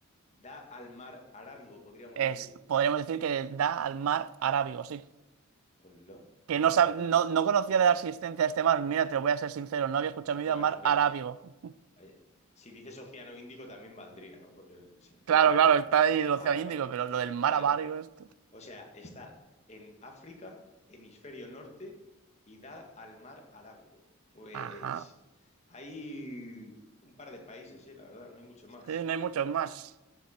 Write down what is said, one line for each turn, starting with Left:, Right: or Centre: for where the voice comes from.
Left: da al mar Arábigo, podríamos
Right: Es,
Left: decir.
Right: podríamos decir que da al mar Arábigo, sí.
Left: Hola.
Right: Que
Left: Vale,
Right: no, sab-
Left: vale.
Right: no, no conocía de la existencia de este mar. Mira, te voy a ser sincero, no había escuchado en mi
Left: Bueno,
Right: vida mar
Left: pero
Right: Arábigo. <laughs>
Left: eh, si dices Océano Índico también valdría, ¿no? Porque se encuentra
Right: Claro, claro,
Left: dentro,
Right: está
Left: ¿no?
Right: ahí el
Left: Vale,
Right: Océano Índico,
Left: vale.
Right: pero lo del mar
Left: Vale.
Right: Arábigo, esto.
Left: O sea, está en África, hemisferio norte, y da al mar Arábigo. Pues
Right: Ajá.
Left: hay un par de países, eh, la verdad, no hay mucho más.
Right: Sí, no hay muchos más.